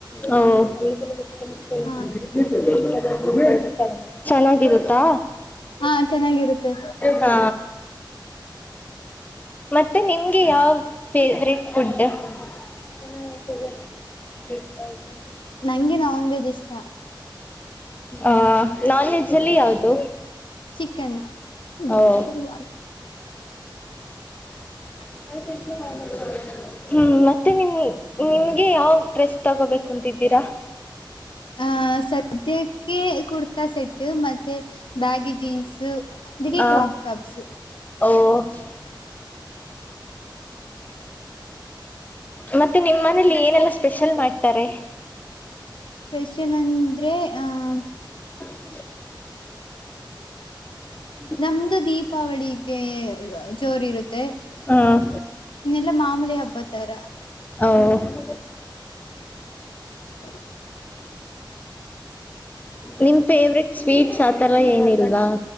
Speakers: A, on the left; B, on the left.
A: <inaudible> ಹ ಅ <inaudible> <unintelligible>
B: ಹ
A: ಚೆನ್ನಾಗಿರುತ್ತಾ
B: ಹಾ, ಚೆನ್ನಾಗಿರುತ್ತೆ
A: ಹಾ, ಮತ್ತೆ ನಿಮ್ಗೆ ಯಾವ ಫೇವ್ರೇಟ್ <unintelligible> ಪುಟ್ <unintelligible>
B: ನಂಗೆ ನಾನ್ ವೆಜ್ ಇಷ್ಟ
A: ಆ ನಾನ್ ವೆಜ್ ಅಲ್ಲಿ ಯಾವುದು
B: ಚಿಕನ್ <unintelligible>
A: ಓ
B: <inaudible>
A: ಅ ತಲು ಕ ಮಾಡ <inaudible> ಹ್ಮ್, ಮತ್ತೆ ನಿಮ್ ನಿಮ್ಗೆ ಯಾವ್ ಡ್ರೆಸ್ ತಗೋಬೇಕು ಅಂತಿದ್ದೀರಾ
B: ಆ ಸದ್ಯಕ್ಕೆ ಕುರ್ತಾ ಸೆಟ್ ಮತ್ತೆ ಬ್ಯಾಗಿ ಜೀನ್ಸ್ <unintelligible> ಅದಕ್ಕೆೇ
A: ಆ
B: ಕ್ರಾಪ್ ಟಾಪ್ಸ್
A: ಓ <unintelligible> ಮತ್ತೆ ನಿಮ್ಮ ಮನೇಲಿ ಏನೆಲ್ಲ ಸ್ಪೆಷಲ್ ಮಾಡ್ತಾರೆ
B: ಸ್ಪೆಷಲ್ ಅಂದ್ರೆ ಆಹ
A: ಮ <inaudible>
B: ನಮ್ದು ದೀಪಾವಳಿಗೆ ಜೋರು ಇರುತ್ತೆ.
A: ಹ್ಮ್
B: ಇನ್ನೆಲ್ಲಾ ಮಾಮೂಲಿ ಹಬ್ಬದತರ
A: ಹಾ <inaudible>
B: ಹ <inaudible>
A: ನಿಮ್ ಫೇವ್ರೆಟ್ ಸ್ವೀಟ್ಸ್ ಆತರ ಏನಿಲ್ವಾ,